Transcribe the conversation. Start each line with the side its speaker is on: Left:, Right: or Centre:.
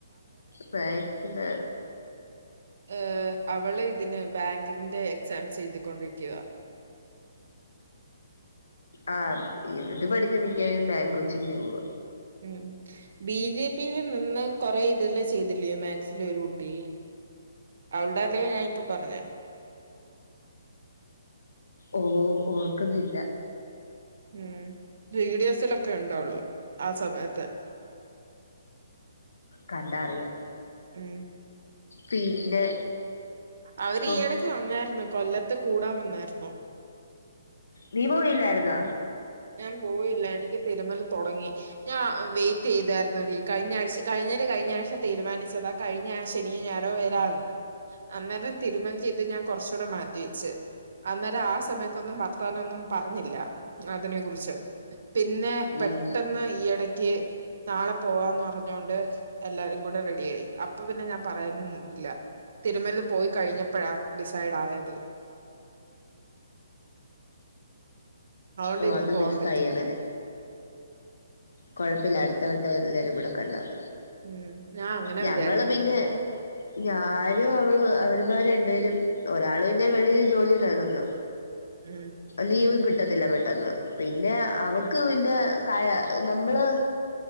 Left: മാക്സില്
Right: ഏഹ് അവള് ഇതിന് ബാങ്കിങ്ങിന്റെ എക്സാംസ് എഴുതിക്കൊണ്ടിരിക്കുവ
Left: ആഹ് ഇത് പഠിച്ച മിക്കവരും ബാങ്കു കൊച്ചിങ്ങ് നു പോവാ
Right: ഉം ബി ജെ പി നിന്ന് കൊറെ ഇതില് ചെയ്തില്ലയോ മാക്സില് ഒരു കുട്ടി അവളുടെ <unintelligible> ഞാൻ ഇപ്പോ പറഞ്ഞെ
Left: ഓഹ് ഓർക്കുന്നില്ല
Right: ഉം വീഡിയോസിലൊക്കെ ഉണ്ടവള് ആ സമയത്തെ
Left: കണ്ടാ അറിയാം
Right: ഉം
Left: പിന്നെ
Right: അവര്
Left: ഓ
Right: ഈയടക്ക് വന്നായിരുന്നു കൊല്ലത്ത് കൂടാൻ വന്നായിര്ന്നു
Left: നീ പോയില്ലായിരുന്ന
Right: ഞാൻ പോയില്ല എനിക്ക് തിരുമ്മൽ തൊടങ്ങി ഞാ വെയിറ്റെയ്തായിരുന്നെടീ കഴിഞാഴ്ച കഴിഞേന്റെ കഴിഞാഴ്ച തീരുമാനിച്ചതാ കഴിഞ്ഞ ശനിയോ ഞായറോ വരാന്ന് അന്നേരം തിരുമൽചെയ്ത് ഞാൻ കൊർച്ചൂടെ മാറ്റിവെച്ച് അന്നേരം ആ സമയത്തൊന്നും വർത്താനൊന്നും പറഞ്ഞില്ല അതിനെ കുറിച്ച് പിന്നെ പെട്ടെന്ന്
Left: ഉം
Right: ഈയടക്ക് നാളെ പോവാന്ന് പറഞ്ഞോണ്ട് എല്ലാരും കൂടെ റെഡിയായി അപ്പ പിന്നെ ഞാൻ പറയാൻ നിന്നില്ല തിരുമല് പോയി കഴിഞ്ഞപ്പഴാ ഡിസൈഡായത് അതുകൊണ്ട്
Left: ഓ
Right: എനിക്ക്
Left: അത്
Right: പോവാൻ
Left: മിസ്സായി
Right: പറ്റിയില്ല
Left: അകലെ കൊഴപ്പല്ല അടുത്ത വട്ടം എല്ലാരും കൂടി കണ്ടാമതി
Right: ഉം ഞാൻ അങ്ങനെ
Left: ഞങ്ങള്
Right: വിചാരിക്കുന്നെ
Left: പിന്നെ ഞാനു അവളു അവരുമാർ രണ്ടുപേരും ഒരാൾ പിന്നെ വെളിയിൽ ജോലിയിലാണല്ലോ.
Right: ഉം
Left: ലീവും കിട്ടത്തില്ല പെ ട്ടന്ന് പിന്നെ അവക്ക് പിന്നെ കയ നമ്മള്